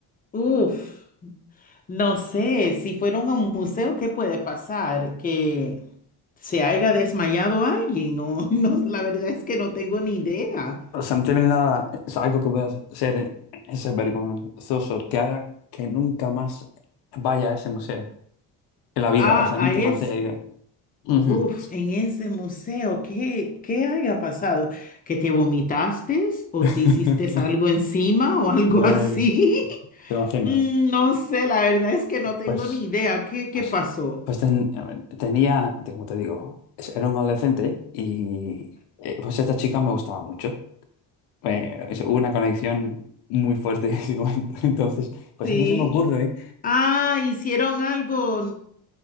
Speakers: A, on the left; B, on the left.
A: Uf, no sé, si fueron a un museo, ¿qué puede pasar? ¿Que se haya desmayado alguien? O <laughs> no, la verdad es que no tengo ni idea.
B: O sea, no te viene nada, o sea, algo que puedas hacer es vergonzoso, que haga que nunca más vaya a ese museo en la vida,
A: Ah,
B: o sea, nunca
A: ah, es
B: más haya ido. Ujú.
A: Uf, en ese museo, ¿qué, qué haya pasado? ¿Que te vomitaste o
B: <laughs>
A: te hiciste algo encima o algo
B: Ay,
A: así? <laughs>
B: ¿te imaginas?
A: Mm, No sé, la verdad es que no tengo
B: Pues,
A: ni idea. ¿Qué, qué
B: pues,
A: pasó?
B: pues ten- a ver, tenía, te- como te digo, es- era un adolescente y eh, pues esta chica me gustaba mucho. Eh, es- hubo una conexión muy fuerte en ese momento. <laughs> Entonces, pues
A: Sí.
B: a mí se me ocurre
A: Ah, hicieron algo